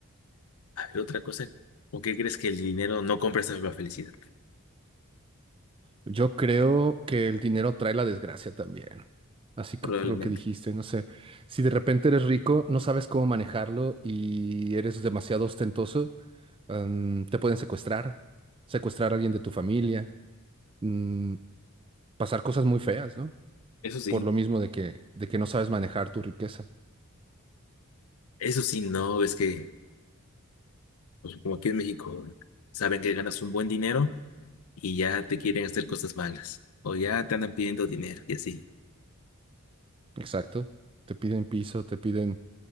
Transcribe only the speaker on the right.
Yo creo que el dinero trae la desgracia también. Así que
por lo que dijiste, no sé, si de repente eres rico, no sabes cómo manejarlo y eres demasiado ostentoso, am, te pueden secuestrar, secuestrar a alguien de tu familia, mm, pasar cosas muy feas, ¿no?
por lo mismo de que, de que no sabes manejar tu riqueza.
Exacto. Te piden piso, te piden,